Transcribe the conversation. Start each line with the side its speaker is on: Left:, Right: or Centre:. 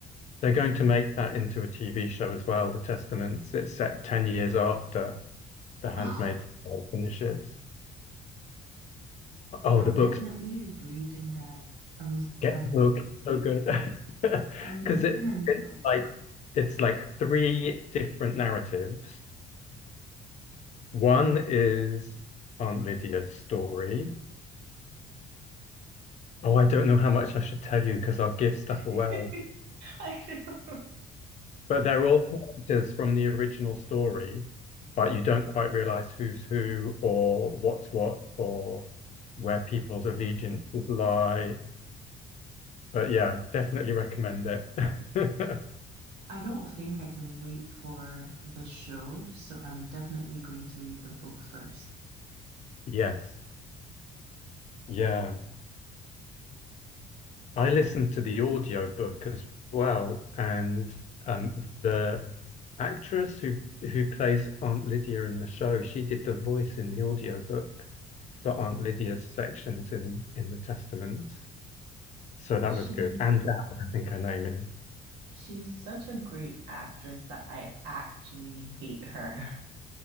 Left: They're going to make that into a TV show as well, The Testaments. It's set 10 years after The Handmaid's
Right: Oh,
Left: Tale finishes. Oh,
Right: I'm
Left: the book's
Right: definitely reading that. I'm
Left: get
Right: I'm
Left: the book. It's so good. Because
Right: I'm making
Left: <laughs> it,
Right: a note.
Left: it's like it's like three different narratives. One is Aunt Lydia's story. Oh, I don't know how much I should tell you because I'll give stuff
Right: <laughs>
Left: away.
Right: I know.
Left: But they're all characters from the original story, but you don't quite realize who's who or what's what or where people's allegiances lie. But yeah, definitely recommend it. <laughs>
Right: I don't think I can wait for the show, so I'm definitely going to read the book first.
Left: Yes. Yeah. I listened to the audio book as well, and um, the actress who who plays Aunt Lydia in the show, she did the voice in the audio book for Aunt Lydia's sections in in the Testaments. So that
Right: She's
Left: was good. And Dowd, I think her name is.
Right: She's such a great actress that I actually hate her.